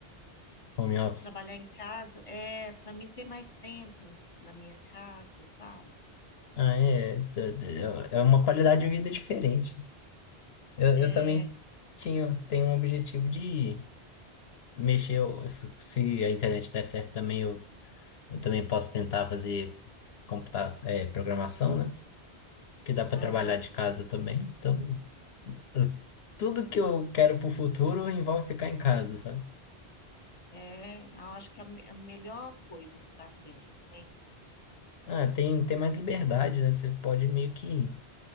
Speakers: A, on the left; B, on the left.
A: Home office?
B: trabalhar em casa, é para mim ter mais tempo na minha casa, sabe?
A: Ah, é. d- É é uma qualidade de vida diferente. Eu,
B: É,
A: eu também tinha, tenho um objetivo de mexer, eu- se se a internet der certo também, eu Eu também posso tentar fazer computar, é, programação, né? Que dá para
B: aham,
A: trabalhar de casa também. Então, eu- tudo que eu quero pro futuro envolve ficar em casa, sabe?
B: é, eu acho que é a, me- a melhor coisa que está tendo, né?
A: Ah, tem, tem mais liberdade, né? Você pode meio que.